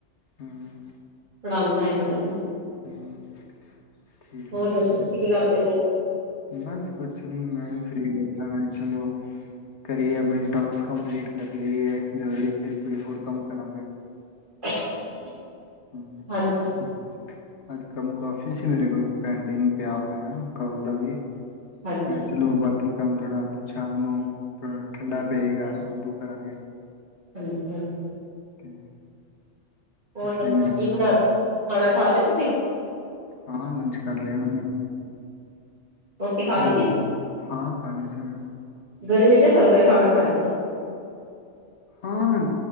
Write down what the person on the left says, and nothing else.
ਹਮ
ਹਮ ਠੀਕ
ਹੈ
ਠੀਕ
ਹੈ
ਬਸ ਕੁਛ ਨੀ ਮੈਂ ਵੀ ਫ੍ਰਰੀ ਬੈਠਾ ਮੈਂ ਚਲੋ ਕਰਏ ਆਪਣੇ ਟਾਸਕ ਕੰਪਲੀਟ ਕਰ ਲਈਏ ਜਲਦੀ ਫਿਰ ਕੋਈ ਹੋਰ ਕੰਮ ਕਰਾਂਗੇ
ਹਮ
ਅੱਜ ਕੰਮ ਕਾਫੀ ਸੀ ਮੇਰੇ ਕੋਲ ਪੈਂਡਿੰਗ ਪਿਆ ਹੋਇਆ ਕੱਲ ਦਾ ਵੀ
ਮੈਂ ਚਲ ਬਾਕ <unintelligible> ਬਾਕਿ ਕੰਮ ਥੋੜ੍ਹਾ ਸ਼ਾਮ ਨੂੰ ਥੋੜ੍ਹਾ ਠੰਡਾ ਪਏਗਾ ਉਦੋਂ ਕਰਾਂਗੇ
ਤੇ
ਇਸ
ਲਈ ਮੈਂ
ਹਾਂ ਲੰਚ ਕਰ ਲਿਆ ਮਨੇ
ਹਮ
ਹਾਂ ਖਾਲੀ ਸੀ ਮੈਂ
ਹਾਂ